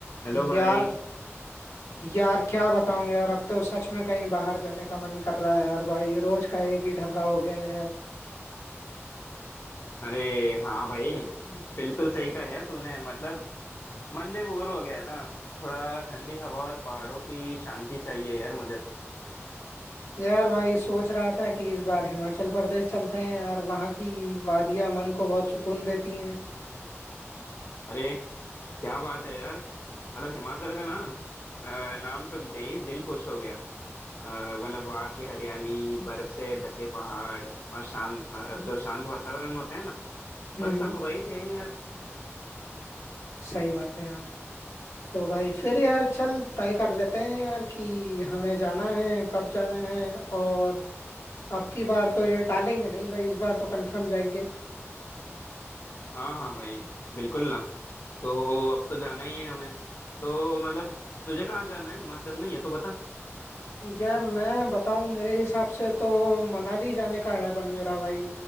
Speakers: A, on the left; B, on the left.
A: हेलो भाई
B: यार यार क्या बताऊं यार अब तो सच में कहीं बाहर जाने का मन कर रहा है यार भाई रोज का एक ही ढर्रा हो गया है यार
A: अरे हाँ भाई बिल्कुल सही कहा यार तूने मतलब मन भी बोर हो गया है ना थोड़ा ठंडी हवा और पहाड़ों की शांति चाहिए यार मुझे तो
B: यार भाई सोच रहा था कि इस बार हिमाचल प्रदेश चलते हैं यार वहाँ की वादियां मन को बहुत सुकून देती हैं
A: अरे क्या बात है यार मतलब हिमाचल का ना अ, नाम सुनते ही दिल खुश हो गया अ, मतलब वहाँ की हरियाली बर्फ से ढके पहाड़ और शांत और जो शांत वातावरण होता है ना
B: हम्म
A: बस
B: हम्म,
A: सब वही चाहिए यार
B: सही बात है यार तो भाई फिर यार चल तय कर लेते हैं यार कि हमें जाना है कब जाना है और अब की बार तो ये टालेंगे नहीं भाई इस बार तो कंफर्म जाएंगे
A: हाँ हाँ भाई बिल्कुल ना तो अब तो जाना ही है हमें तो मतलब तुझे कहाँ जाना है हिमाचल में ये तो बता
B: यार मैं बताऊं मेरे हिसाब से तो मनाली जाने का है बन मेरा भाई